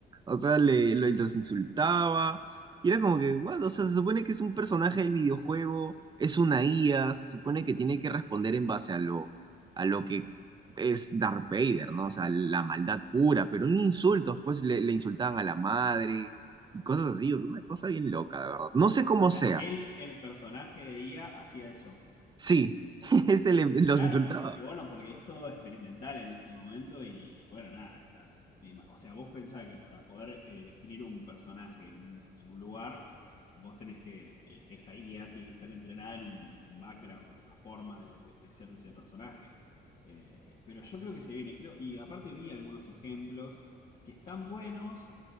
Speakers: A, on the right; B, on the left.
A: O sea, le, lo- los insultaba. Y era como que, what? O sea, se supone que es un personaje del videojuego, es una IA, se supone que tiene que responder en base a lo, a lo que es Darth Vader, ¿no? O sea, la maldad pura, pero un insulto, pues le, le insultaban a la madre y cosas así, o sea, una cosa bien loca, de verdad. No sé cómo
B: O sea,
A: sea.
B: él, el personaje de IA, hacía eso.
A: Sí, <laughs> ese le- los
B: Claro,
A: insultaba.
B: y bueno, porque es todo experimental en este momento y, y bueno, nada, están... y O sea, vos pensás que para poder eh, definir un personaje en un, en un lugar, vos tenés que, eh, esa IA tiene que estar entrenada en un, en un background, en una forma de, de- de ser de ese personaje. Eh, pero yo creo que se viene, creo, y aparte vi algunos ejemplos que están buenos,